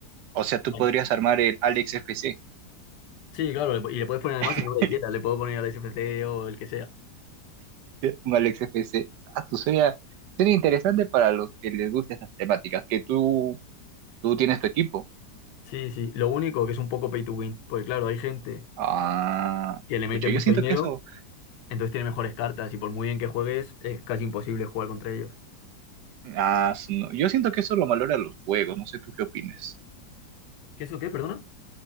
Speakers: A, on the right; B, on the left.
A: O sea, tú
B: Online.
A: podrías armar el Alex F C.
B: Sí, claro, le po- y le puedes poner además
A: <laughs>
B: el nombre que quieras, le puedo poner al SFC o el que sea.
A: Un Alex F C. Ah, su, sería, sería interesante para los que les gusten esas temáticas, que tú, tú tienes tu equipo.
B: Sí, sí, lo único que es un poco pay to win, porque claro, hay gente
A: Ah,
B: que le mete
A: pucha,
B: mucho
A: yo siento
B: dinero,
A: que eso,
B: entonces tiene mejores cartas y por muy bien que juegues es casi imposible jugar contra ellos.
A: ah, su- no, yo siento que eso lo valora los juegos, no sé tú qué opinas.
B: ¿Qué es o qué, perdona?